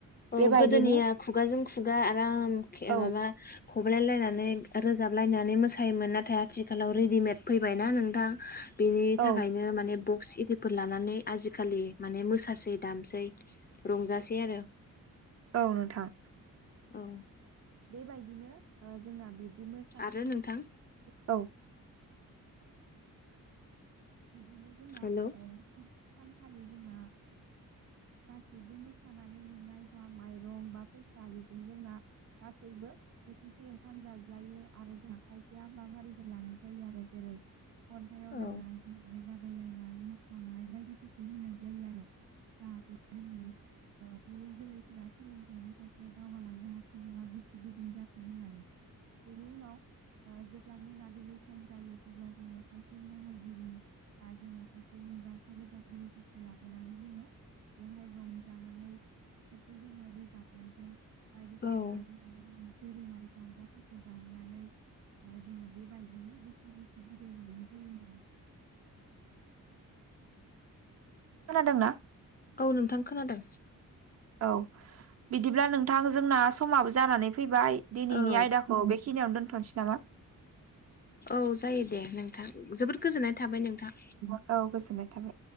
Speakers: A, on the left; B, on the right.
A: औ
B: बेबायदिनो
A: गोदोनिया खुगाजों खुगा आराम
B: औ
A: माबा खब्लाय लायनानै रोजाबलायनानै मोसायोमोन नाथाय आथिखालाव रेडिमेड फैबायना नोंथां बेनि
B: औ
A: थाखायनो माने बक्स एदि फोर लानानै आजिखालि माने मोसासै दामसै रंजासै आरो
B: औ नोंथां
A: औ
B: बेबायदिनो जोंना बिबदिनो
A: आरो नोंथां
B: औ <inaudible>
A: हेलौ
B: ओ सानखालि जोंना गासैबो मोसानानै मोननाय जा माइरं बा फैसा बेजों जोंना गासैबो बोथिसे ओंखाम जाज्लायो आरो जोंहा खायसे हाबाफारिफोर लानाय जायो आरो जेरै खन्थाइ आवराइनाइ
A: औ
B: <unintelligible> बादायलायनाय मोसानाय बायदिफोरखौ होनाय जायो आरो। जाहाथे जोंनि ओ इयुन जोलैफोरा सोलोंथाइनि फारसे दावगालांनो हाथोंब्ला गोसो गुदुं जाथों <unintelligible> बेनि उनाव ओ जेब्ला मोनाबिलि सम जायो अब्ला जोङो फारसे महरगिरि बा जोङो खायसे मुंदांखा रोजाबगिरिफोरखौ लाबोनानै जोङो बेवहाय रंजानानै बिसोरखौ जोङो रोजाबनायजों बायदिसिना
A: औ
B: दोरोङारि दामग्राफोरखौ दामनानै बा जोङो बे बायदिनो बैसागुखौ बिदाय हानाय जायो होननानै खोनादों ना?
A: औ नोंथां खोनादों।
B: औ बिदिब्ला नोंथां जोंना समाबो जानानै फैबाय दिनैनि
A: औ
B: आयदाखौ बे खिनियावनो दोनथ'नोसै नामा?
A: औ जायो दे नोंथां जोबोद गोजोननाय थाबाय नोंथां।
B: औ गोजोननाय थाबाय।